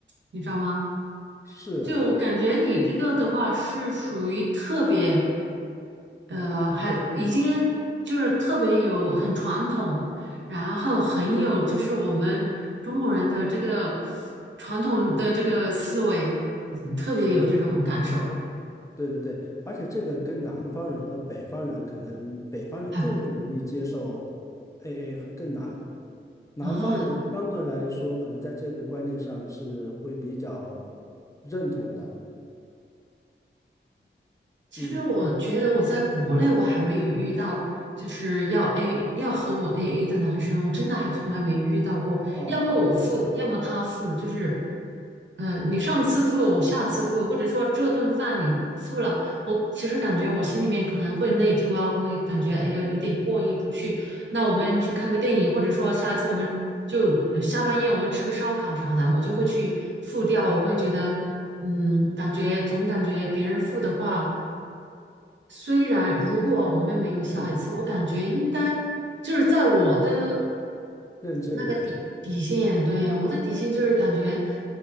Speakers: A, on the right; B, on the left.
A: 你知道吗？
B: 是
A: 就感觉你这个的话是属于特别，呃，还已经就是特别有很传统，然后很有就是我们中国人的这个传统的这个思维，嗯特别有这种感受。
B: 是，对对对，而且这个跟南方人和北方人，可能北方就更不容易接受
A: 还
B: AA 和更难，南方人相对来说，
A: 啊，
B: 可能在这个观念上是会比较认同的。
A: 其实我觉得我在国内我还没有遇到，
B: 嗯，
A: 就是要 A 要和我 AA 的男生，我真的还从来没遇到过。
B: 哦，
A: 要么我付，
B: 对，你说，
A: 要么他付，就是，呃，你上次付，我下次付，或者说这顿饭你付了，我其实感觉我心里面可能会内疚啊，我会感觉哎呀有一点过意不去。
B: 嗯
A: 那我们去看个电影，或者说下一次我们就呃下半夜我们吃个烧烤啥的，我就会去付掉，我会觉得。嗯，感觉总感觉别人付的话，虽然如果我们没有下一次，
B: 嗯，
A: 我感觉应该就是在我的
B: 认知里边，
A: 那个底底线，对，我的底线就是感觉